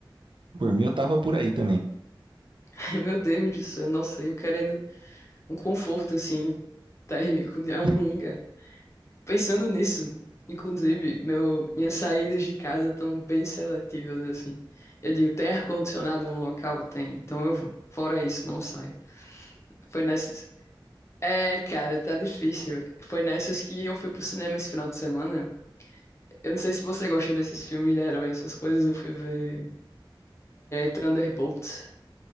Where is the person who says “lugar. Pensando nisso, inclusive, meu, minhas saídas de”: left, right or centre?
Left